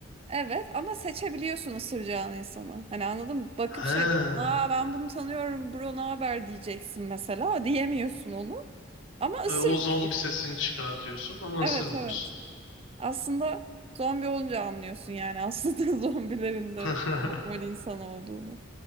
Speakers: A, on the right; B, on the left.
A: evet ama seçebiliyorsun ısıracağın insanı. Hani anladın mı? Bakıp
B: Ha.
A: şey diyorsun. Aa ben bunu tanıyorum bro ne haber diyeceksin mesela. Diyemiyorsun onu. Ama ısırmıyor.
B: E, O zombi sesini çıkartıyorsun ama
A: Evet
B: ısırmıyorsun.
A: evet. Aslında zombi olunca anlıyorsun yani aslında <laughs> zombilerin
B: <laughs>
A: de normal insan olduğunu.